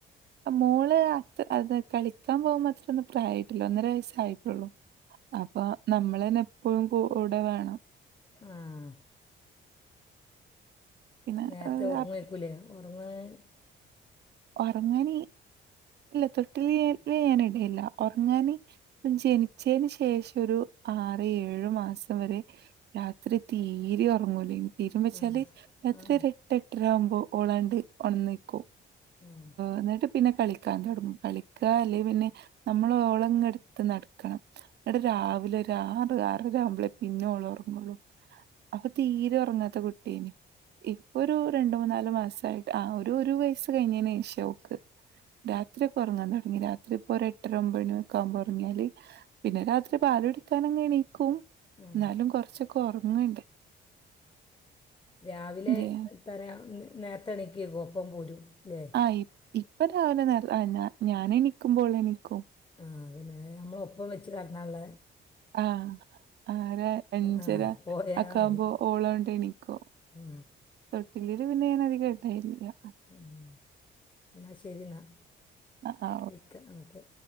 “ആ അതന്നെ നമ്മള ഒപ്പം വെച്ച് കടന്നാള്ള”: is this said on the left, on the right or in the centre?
Left